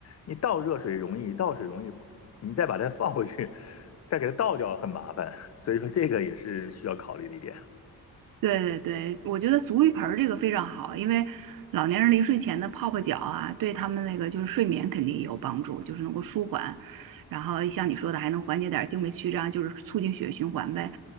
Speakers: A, on the left (about 40°); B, on the right (about 60°).
A: 你倒热水容易，倒水容易，你再把它放回去，再给它倒掉很麻烦。所以说这个也是需要考虑的一点。
B: 对对对，我觉得足浴盆儿这个非常好，因为老年人临睡前的泡泡脚啊，对他们那个就是睡眠肯定也有帮助，就是能够舒缓，然后像你说的还能缓解点儿经脉曲张，就是促进血液循环呗。